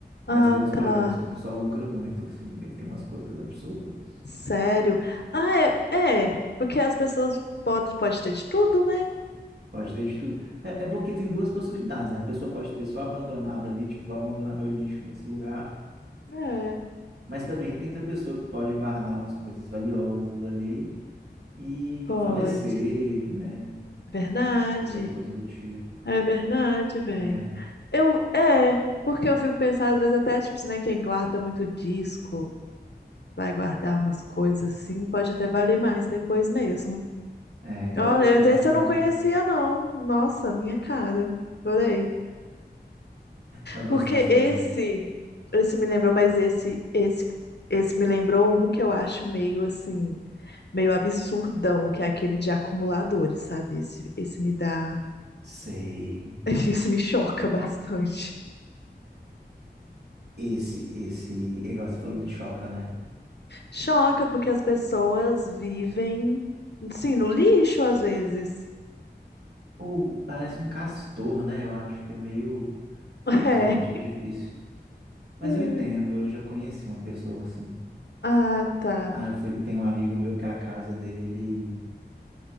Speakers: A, on the right (about 70°); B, on the left (about 75°).
A: Mas
B: Ah,
A: tem uns
B: tá.
A: programas que o pessoal lucra muito, assim, bem, tem umas coisas absurdas.
B: Sério? Ah, é, é, porque as pessoas podem pode ter de tudo, né?
A: Pode ter de tudo. É, é porque tem duas possibilidades, né? A pessoa pode ter só abandonado ali, tipo, vou abandonar meu lixo nesse lugar,
B: É,
A: mas também tem da pessoa que pode guardar umas coisas valiosas ali e
B: pode.
A: falecer, né?
B: É Verdade.
A: Qualquer coisa do tipo.
B: É verdade, velho.
A: É,
B: Eu, é, porque eu fico pensando, às vezes até, tipo, se, né, quem guarda muito disco, vai guardar umas coisas assim, pode até valer mais depois mesmo.
A: é,
B: Olha,
A: eu gosto bastante.
B: esse eu não conhecia, não. Nossa, minha cara. Adorei.
A: Eu gosto
B: Porque
A: bastante.
B: esse, esse me lembrou, mas esse, esse, esse me lembrou um que eu acho meio assim, meio absurdão, que é aquele de acumuladores, sabe? Esse, esse me dá,
A: Sei.
B: <laughs> esse me choca bastante.
A: Esse, esse, igual você falou de choca, né?
B: Choca porque as pessoas vivem, sim, no lixo às vezes. <laughs>
A: Ou parece um castor, né? Eu acho que é meio Nossa,
B: É.
A: gente, é difícil. Mas
B: Hum.
A: eu entendo, eu já conheci uma pessoa assim.
B: Ah, tá.
A: Ah, eu fui, tem um amigo meu que é a casa dele.